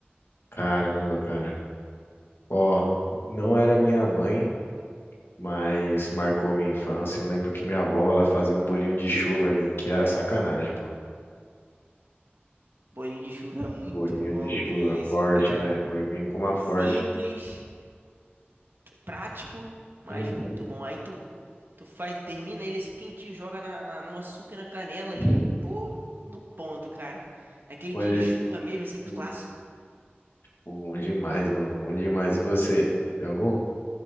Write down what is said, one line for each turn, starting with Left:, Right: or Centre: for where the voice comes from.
Left: Caramba, cara. Ó, não era minha mãe. mas marcou minha infância. Eu lembro que minha avó, ela fazia um bolinho de chuva ali, que era sacanagem, pô.
Right: Bolinho de chuva é muito
Left: Um Bolinho
Right: bom,
Left: de chuva
Right: que isso,
Left: forte,
Right: cara.
Left: né? Foi vir com uma forte.
Right: Simples, prático, mas
Left: Uhum.
Right: muito bom. Aí tu Tu faz, termina ele esse quentinho, joga na, na- no açúcar e na canela ali,
Left: <laughs>
Right: pô, no ponto, cara. Naquele
Left: Bom,
Right: dia
Left: de-
Right: de chuva mesmo, assim, clássico.
Left: hum, bom demais, mano. Bom demais. E você? Tem algum?